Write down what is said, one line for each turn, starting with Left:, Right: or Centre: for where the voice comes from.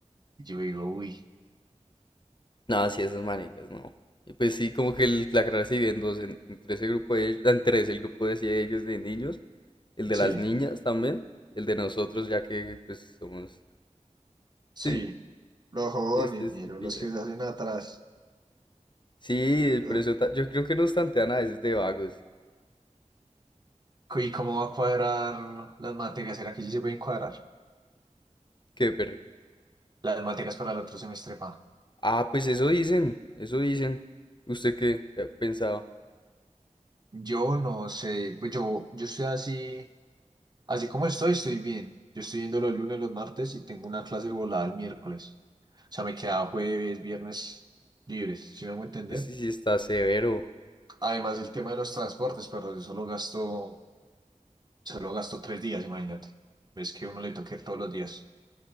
Right: Y yo digo, uy.
Left: No, sí, esas manicas, no. Y pues sí, como que el- la carrera se divide en dos, en- entre ese grupo de, en tres, el grupo de ciegos de niños, el de
Right: sí
Left: las niñas también, y el de nosotros, ya que pues somos.
Right: Sí,
Left: Sí, sí,
Right: los jóvenes,
Left: este sí
Right: ñero,
Left: pilla.
Right: los que
Left: que-
Right: se hacen atrás.
Left: Sí,
Right: Uh,
Left: pero eso ta- yo creo que nos tantean a veces de vagos.
Right: ¿Y cómo va a cuadrar las materias? ¿Será que sí se pueden cuadrar
Left: Qué perro.
Right: las materias para el otro semestre, pa?
Left: Ah, pues eso dicen, eso dicen. ¿Usted qué, qué ha pensado?
Right: Yo no sé, pues yo, yo estoy así, así como estoy, estoy bien. Yo estoy yendo los lunes, los martes y tengo una clase volada el miércoles. O sea, me queda jueves, viernes libres, si me hago entender?
Left: Ese sí está severo.
Right: Además, el tema de los transportes, pero yo solo gasto, solo gasto tres días, imagínate. Ves que uno le toca ir todos los días.